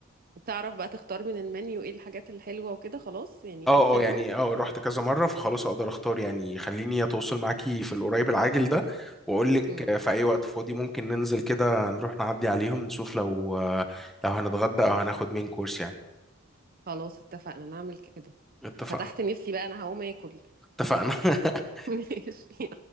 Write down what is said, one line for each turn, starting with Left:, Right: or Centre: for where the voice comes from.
Right: وتعرف بقى تختار من المنيو ايه الحاجات الحلوه وكده خلاص يعني
Centre: اه
Right: بقيت خبره
Centre: اه يعني اه رحت كذا مرة فخلاص اقدر اختار يعني خليني اتواصل معاكي في القريب العاجل ده واقول لك
Right: امم
Centre: في اي وقت فاضي ممكن ننزل كده نروح نعدي عليهم نشوف لو لو هنتغدى او هناخد مين كورس يعني
Right: خلاص اتفقنا نعمل كده
Centre: اتفقنا
Right: فتحت نفسي بقى انا هقوم اكل
Centre: اتفقنا <laughs>
Right: <laughs> ماشي